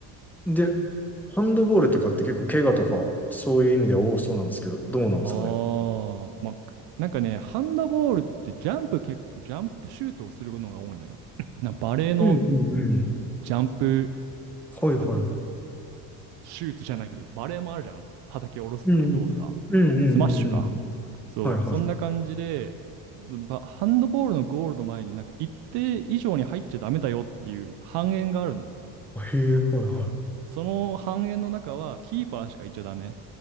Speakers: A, in the centre; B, on the right.
A: で、ハンドボールとかって結構怪我とか、そういう意味では多そうなんですけど、どうなんですかね。
B: ああ、まあ、くなんかね、ハンドボールってジャンプ結構、ジャンプシュートをするのが多いのよ。<laughs> <clears throat> な、バレーの
A: うんうんうん。
B: ジャンプ、
A: はいは
B: なんて言うんだろう。シュートじゃないけど、バレーもあるじゃん。あの、叩き下ろす動作。
A: い。うんうん。うんうんうんうん。
B: スマッシュか。そう、
A: はいはい。
B: そんな感じで、ばハンドボールのゴールの前に、なんか一定以上に入っちゃダメだよっていう半円があるのね。
A: へえ、はいはい。
B: そうそうそう。その半円の中はキーパーしかいちゃダメ。